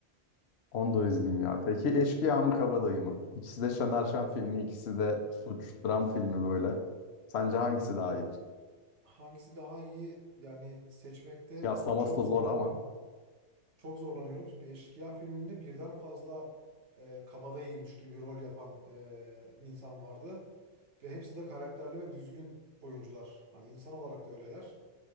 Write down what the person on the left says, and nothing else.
onu da izleyeyim ya. Peki Eşkıya mı Kabadayı mı? İkisi de Şener Şen filmi, ikisi de suç, dram filmi böyle. Sence hangisi daha iyidir?
Kıyaslaması
da zor
ama.